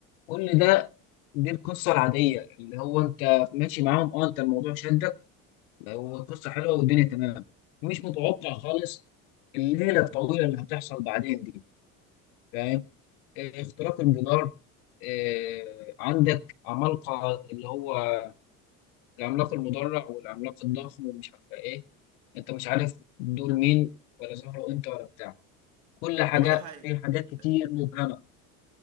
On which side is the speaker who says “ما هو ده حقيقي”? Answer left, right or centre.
Right